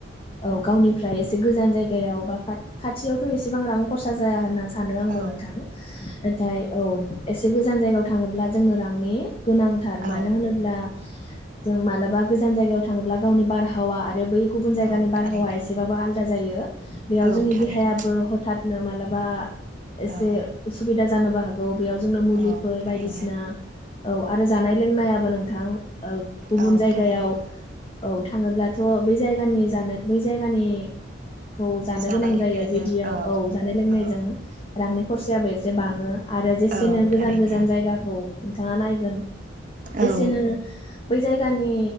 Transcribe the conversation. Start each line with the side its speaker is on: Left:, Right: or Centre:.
Left: औ गावनिफ्राय एसे गोजान जायगायाव बा खाथ खाथियावथ' एसेबां रां खरसा जाया होनना सानो आंबो
Right: औ
Left: नोंथां नाथाय औ एसे गोजान जायगायाव थाङोब्ला जोङो रांनि गोनांथार मानो
Right: औ
Left: होनोब्ला जों मालाबा गोजान जायगायाव थाङोब्ला गावनि बारहावा आरो बै गुबुन जायगानि
Right: औ
Left: बारहावा
Right: थारैनो
Left: एसेबाबो आलदा जायो बेयाव
Right: औ
Left: जोंनि
Right: थारैनो
Left: देहायाबो हथात नो मालाबा एसे
Right: औ
Left: उसुबिदा जानोबो हागौ बेयाव जोंनो मुलिफोर
Right: औ थारैनो
Left: बायदिसिना औ आरो जानाय लोंनायाबो नोंथां ओ गुबुन
Right: औ
Left: जायगायाव
Right: थारैनो
Left: औ थाङोब्लाथ' बै जायगानि जानो बै जायगानि खौ जानो
Right: जानाय
Left: गोनां
Right: लोंनायजों
Left: जायो बिदियाव औ जानाय लोंनायजों
Right: औ
Left: रांनि खरसायाबो एसे बाङो आरो जेसेनो
Right: औ
Left: गोजान
Right: थारैनो
Left: गोजान जायगाखौ नोंथाङा नायगोन
Right: औ
Left: एसेनो बै जायगानि